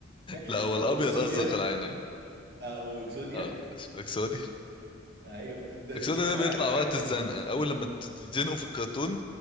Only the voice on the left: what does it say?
لا
هو الابيض
ازرق العينين
اه معلش اكسودي
اكسودي
ده
بيطلع
وقت
الزنقه اول لما تتزنقوا في الكرتون